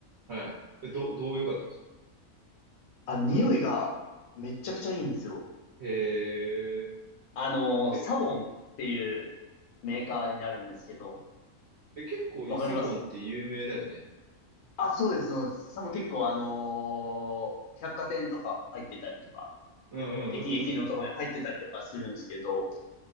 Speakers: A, on the right (about 65°); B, on the left (about 80°).
A: はい。え、ど、どう良かったんですか
B: あ、匂いがめちゃくちゃいいんですよ。
A: へ
B: あのー、
A: え。え、
B: サボンっていうメーカーになるんですけど、
A: え、結構サボンって有名だよね。
B: わかりますあ、そうです、そうです。サボン結構あのー百貨店とか入ってたりとか、
A: うんうんうんうん。
B: 駅、駅のとこに入ってたりとかするんですけど、